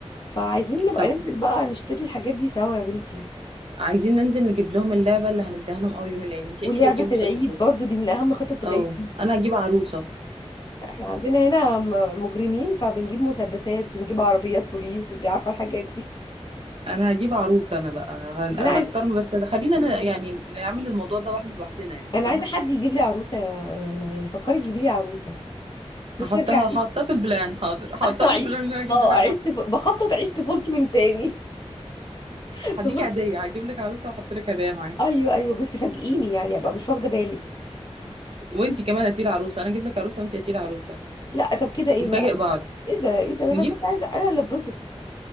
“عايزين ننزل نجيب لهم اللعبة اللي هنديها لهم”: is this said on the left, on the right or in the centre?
Right